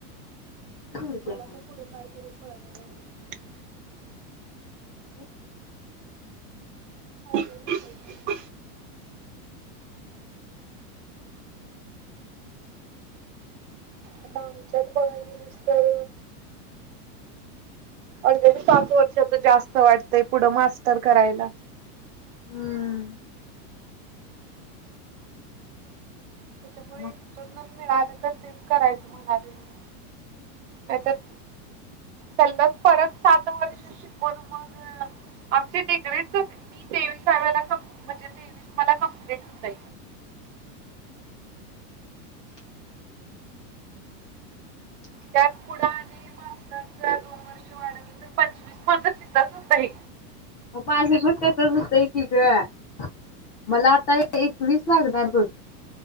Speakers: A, on the left; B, on the right.
A: उडत्या
B: मला
A: मॅडम
B: तर पुढं काय करू कळना झालय
A: <inaudible>
B: <unintelligible> आता आमच्यात बघायला गेलीस तर ऑलरेडी पाच वर्षाच जास्त वाटतंय पुढं मास्टर करायला
A: हम्म
B: तेच्यामुळे
A: मग
B: एक्सटर्नल मिळाल तर तेच करायच म्हणालोय मि नाही तर सलग परत सात वर्ष शिकून मग आमची डिग्रीच मी तेवीसाव्याला म्हणजे तेवीस मला कमप्लीट होतय त्यात पुढ आणि मास्टरच दोन वर्ष वाढवलं तर पंचवीस मज तिथंच हुतय
A: माझं पण तसंच हुतय की गं मला आता एकवीस लागणार बघ.